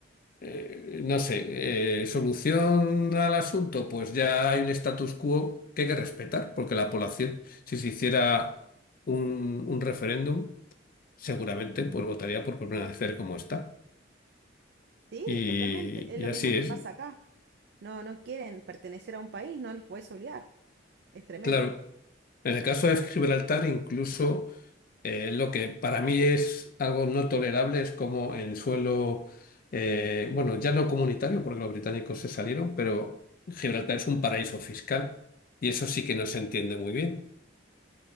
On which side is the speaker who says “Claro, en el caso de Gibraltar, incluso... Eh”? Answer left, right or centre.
Left